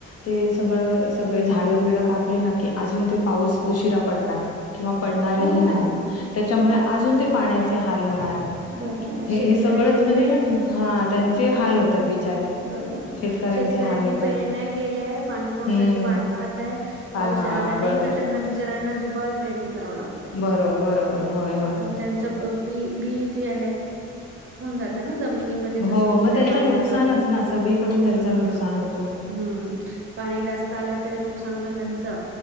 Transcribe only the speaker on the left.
ते सगळं सगळे झाडं बिड कापली ना की अजून ते पाऊस उशिरा पडणार किंवा पडणारही
नाही त्याच्यामुळे
अजून ते पाण्याचे हाल होणार
हे
हे सगळंच म्हणजे
ना हा
त्यांचे हाल होतात बिचारे
शेतकऱ्यांचे
हाल होतात
हम्म
हा
बरोबर.
बरो बरोबर होय होय
हो मग
त्यांचं
नुकसानच ना सगळीकडून
त्यांच नुकसान होतो.